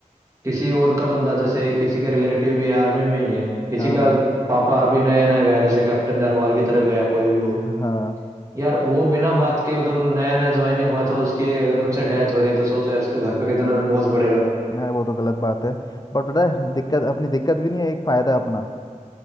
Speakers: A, on the right (about 25°); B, on the left (about 30°).
A: किसी और का बंदा जैसे किसी के रिलेटिव भी आर्मी में ही है किसी
B: हाँ
A: का
B: हाँ
A: पापा अभी नया नया गया जैसे कैप्टन नरवाल की तरह गया कोई भी हो
B: हाँ
A: यार वो बिना बात के मतलब नया नया ज्वाइनिंग हुआ था उसकी एकदम से डेथ हो रही है तो सोचो यार उसके घर पे कितना बोझ पड़ेगा
B: नहीं वो तो गलत बात है बट पता है दिक्कत अपनी दिक्कत भी नहीं है एक फायदा है अपना